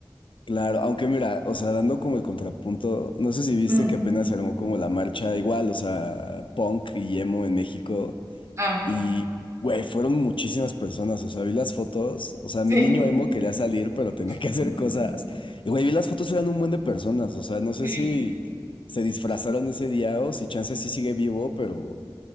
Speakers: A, on the left; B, on the right.
A: claro, aunque mira, o sea, dando como el contrapunto, no sé si viste
B: Mm.
A: que apenas se armó como la marcha igual, o sea, punk y emo en México,
B: Ah,
A: Y, güey, fueron muchísimas personas. O sea, vi las fotos. O sea,
B: sí,
A: mi niño emo quería salir, pero tenía
B: <laughs>
A: que hacer cosas. Y, güey, vi las fotos, eran un buen de personas. O sea, no sé
B: sí.
A: si se disfrazaron ese día o si Chance sí sigue vivo, pero